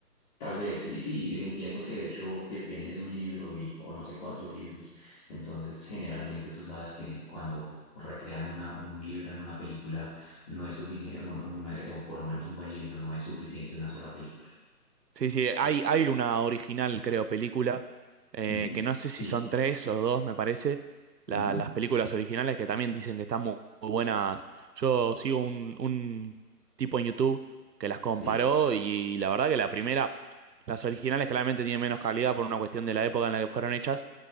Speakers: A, on the left; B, on the right.
A: tal vez, sí sí, entiendo que de hecho pues, viene de un libro y, o no sé cuántos libros, entonces generalmente tú sabes que cuando recrean una, un libro en una película, no es suficiente, un- un- eh, o por lo menos un buen libro, no es suficiente una sola película.
B: Sí, sí, hay,
A: Sí.
B: hay una original, creo, película, eh,
A: Ujú.
B: que no sé si
A: Sí.
B: son tres o dos, me parece, la-
A: Ujú,
B: las películas originales que también dicen que están mu- muy, buenas. Yo sigo un, un tipo en YouTube que las comparó
A: Sí,
B: y la verdad que la primera, las originales claramente tienen menos calidad por una cuestión de la época en la que fueron hechas,